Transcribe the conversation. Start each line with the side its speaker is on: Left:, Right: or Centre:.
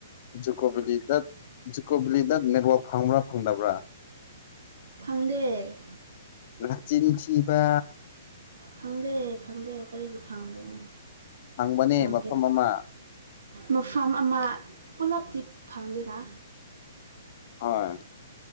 Left: ꯖꯨꯀꯣ ꯕꯦꯂꯤꯗ ꯖꯨꯀꯣ ꯕꯦꯂꯤꯗ ꯅꯦꯠꯋꯥꯛ ꯐꯪꯕ꯭ꯔꯥ ꯐꯪꯗꯕ꯭ꯔꯥ
Right: ꯐꯪꯗꯦ
Left: ꯅꯆꯤꯡ ꯊꯤꯕ
Right: ꯐꯪꯗꯦ ꯐꯪꯗꯦ ꯀꯔꯤꯒꯤ ꯐꯪꯗꯣꯏꯅꯣ
Left: ꯐꯪꯕꯅꯦ
Right: ꯐꯪꯗꯦ
Left: ꯃꯐꯝ ꯑꯃ
Right: ꯃꯐꯝ ꯑꯃ ꯄꯨꯂꯞꯇꯤ ꯐꯪꯗꯦꯅ
Left: ꯍꯣꯏ